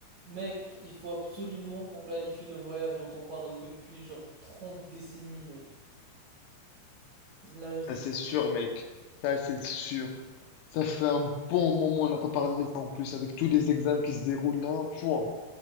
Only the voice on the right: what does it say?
Mec, il faut absolument qu'on planifie le voyage dont on parle depuis genre 30 décennies, mec. Là, je...